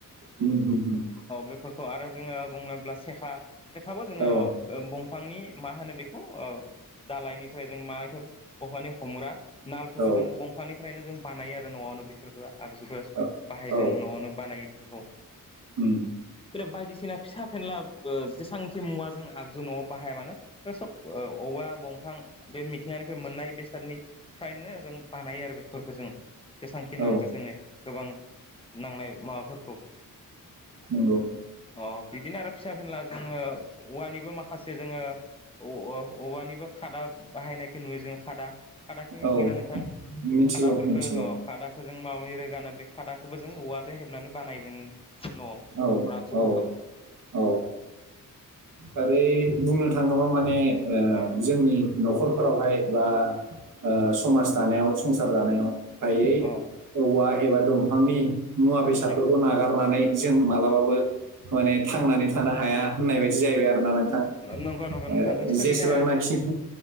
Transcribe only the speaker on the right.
उम उम उम
औ
औ
औ
औ
उम
औ
नंगौ
औ
मिथिगौ
मिथिगौ
औ
औ औ। ओरै बुंनो थाङोबा माने ओ
जोंनि न'खरफोरावहाय बा ओ समाज दानायाव संसार जानायाव फ्रायै
औवा एबा दंफांनि मुवा बेसादफोरखौ
नागारनानै जों मालाबाबो माने थांनानै थानो हाया होननाय बायदि जाहैबाय आरो। लाना थां
ओ
जेसेबांनोखि